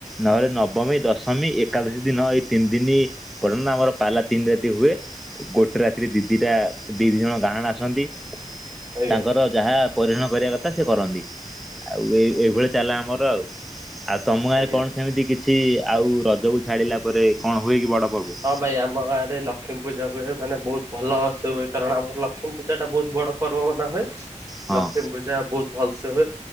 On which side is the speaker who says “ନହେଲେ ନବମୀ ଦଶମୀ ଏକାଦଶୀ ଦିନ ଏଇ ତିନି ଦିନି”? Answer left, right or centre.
Centre